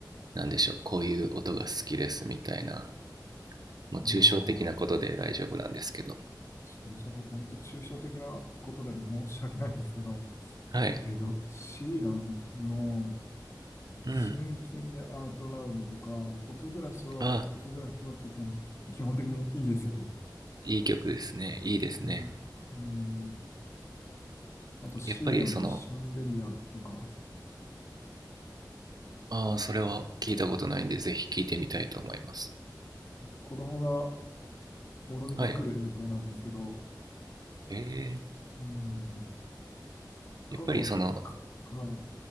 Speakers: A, on the right (about 60°); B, on the left (about 35°).
A: なんでしょう。こういう音が好きですみたいな。もう抽象的なことで大丈夫なんですけど。
B: ああ、抽象で、本当抽象的なことで申し訳ないんですけど、
A: はい。
B: えっと、シーランの、シンキングアウトラウドとか、
A: うん。
B: フォトグラスは、
A: あ、
B: フォトグラフは基本、基本的にいいですよね。
A: いい曲ですね。いいですね。
B: うん。うんあと、シーアのシャンデリアとか、
A: やっぱりその、ああ、それは聞いたことないんで、ぜひ聞いてみたいと思います。
B: 子供が踊りまくる映像なんですけど、
A: はい。ええ、
B: うん。彼女、
A: やっぱりその、
B: ちょかはい、